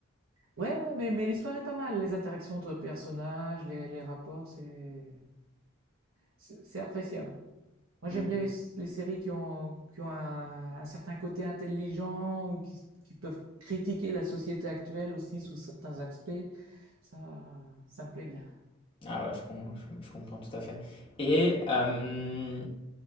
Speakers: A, on the right; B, on the left.
A: Ouais, ouais, mais, mais l'histoire est pas mal. Les interactions entre personnages, les, les rapports, c'est c'est c'est appréciable. Moi, j'aime
B: Mm.
A: bien les, les séries qui ont, qui ont un, un certain côté intelligent ou qui, qui peuvent critiquer la société actuelle aussi sous certains aspects. Ça, ça me plaît bien.
B: Ah ouais, je, com- je- je comprends tout à fait. Et, euh,